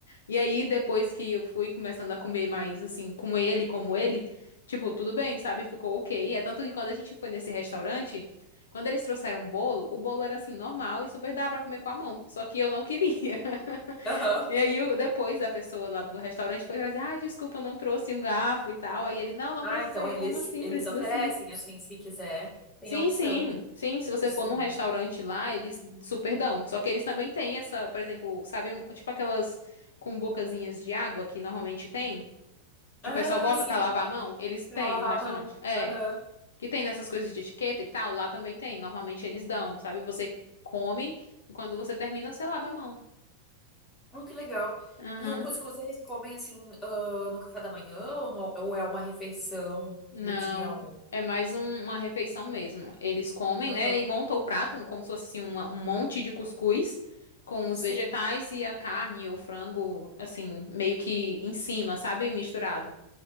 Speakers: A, on the left; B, on the left.
A: E aí, depois que eu fui começando a comer mais, assim, com ele, como ele, tipo, tudo bem, sabe? Ficou ok. É tanto que quando a gente foi nesse restaurante, quando eles trouxeram um bolo, o bolo era, assim, normal e super dava pra comer com a mão. Só que eu não queria. <laughs>
B: Aham.
A: E aí, eu- depois, a pessoa lá do restaurante foi trazer, ah, desculpa, eu não trouxe um garfo e tal. Aí ele, não, não
B: Ah,
A: precisa.
B: então
A: E Eu,
B: eles,
A: como assim?
B: eles
A: Precisa
B: oferecem,
A: sim.
B: assim, se quiser, tem
A: Sim,
B: a opção
A: sim,
B: de
A: sim. Se você
B: de
A: for
B: servir.
A: num restaurante lá, eles super dão. Só que eles também têm essa, por exemplo, sabe, um- tipo aquelas com bocazinhas de água que normalmente tem, que
B: Ah,
A: o pessoal bota
B: sim,
A: pra lavar a mão, eles têm
B: pra lavar
A: no restaurante.
B: a mão.
A: É,
B: Aham.
A: que tem nessas coisas de etiqueta e tal, lá também tem. Normalmente eles dão, sabe? Você come e quando você termina, você lava a mão.
B: Oh, que legal.
A: Aham.
B: E o cuscuz eles comem, assim, ah, no café da manhã ou, no- ou é uma refeição
A: Não,
B: do dia almoço?
A: é mais um- uma refeição mesmo. Eles comem,
B: Aham.
A: né, e montam o prato como se fosse assim, uma- um monte de cuscuz com os
B: Sim,
A: vegetais e a carne ou frango, assim, meio que em cima, sabe? Misturado.